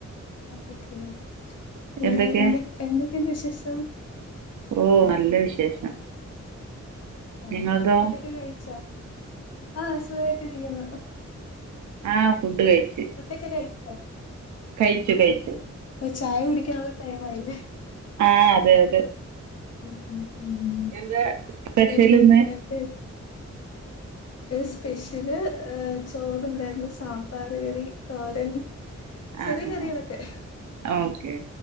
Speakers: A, on the left; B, on the right.
A: ഓക്കെ പിന്നെ
B: എന്തൊക്കെ
A: എന്ത എന്തൊക്കെയുണ്ട് വിശേഷം
B: ഓഹ് നല്ല വിശേഷം
A: ആ
B: നിങ്ങളതോ
A: ഫുഡൊക്കെ കഴിച്ചോ ആ സുഖായിട്ടിരിക്കുന്നു
B: ആഹ് ഫുഡ്
A: ഉം
B: കഴിച്ച്
A: ഫുഡൊക്കെ <unintelligible>
B: കയിച്ചു കയിച്ചു.
A: അപ്പ ചായ കുടിക്കാനുള്ള ടൈം ആയില്ലേ?
B: ആഹ് അതെ അതെ.
A: ഉം ഉം ഉം
B: എന്താ സ്പെഷ്യൽ
A: പിന്നെ
B: ഇന്ന്
A: എന്ത്? സ്പെഷ്യല് ചോറുണ്ടായിരുന്നു, സാമ്പാറ് കറി, തോരൻ ചെറിയ
B: ആഹ്
A: കറികളൊക്കെ.
B: ഓക്കെ